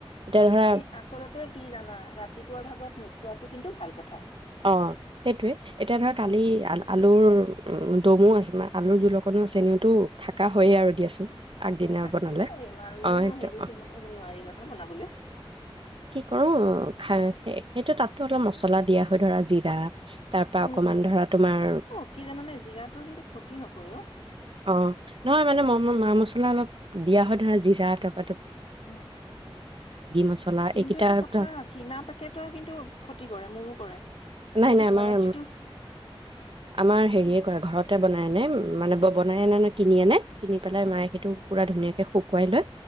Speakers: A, on the right (about 60°); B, on the left (about 85°).
A: এতিয়া ধৰা
B: এ আচলতে কি জানা ৰাতিপুৱাৰ ভাগত নোখোৱাতো কিন্তু ভাল কথা।
A: অ', সেইটোৱে। এতিয়া ধৰ কালি
B: উম
A: আল-আলুৰ উম, দমো আছে মে আলুৰ জোল অকণো আ চেনিওতো থাকা হয়য়ে আৰু দিয়াচোন। আগদিনা
B: অ', থাকেই
A: বনালে
B: আৰু ইমানো
A: অ সেইটো
B: হেৰি
A: অ
B: চিব নোৱাৰি নহয় বনাবলে।
A: কৰো খাই সেইটো তাতো অলপ মছলা দিয়া ধৰা জিৰা তাৰ পৰা
B: উম,
A: অকমান
B: উম, উম।
A: ধৰা তোমাৰ,
B: অ', কি জানানে জিৰাটোৱে কিন্তু ক্ষতি নকৰে অ'।
A: অ, ' নহয় মানে মা মছ অলপ অলপ দিয়া হয় ধৰা, জিৰা তপ
B: উম,
A: মছলা
B: কিন্তু
A: এইকেইটা
B: এটা কথা
A: ধৰা
B: কিনা পেকেটৰ কিন্তু ক্ষতি কৰে, মোৰো কৰে।
A: নাই
B: কিন্তু
A: নাই
B: ঘৰত
A: আমাৰ
B: যিটো
A: আমাৰ হেৰিয়ে
B: উম,
A: কয় ঘৰতে বনাই ন
B: অ',
A: মানে বনাই ন কিনি আনে কিনি পেলাই
B: উম,
A: মায়ে সেইটো পুৰা ধুনীয়াকে শুকুৱাই লৈ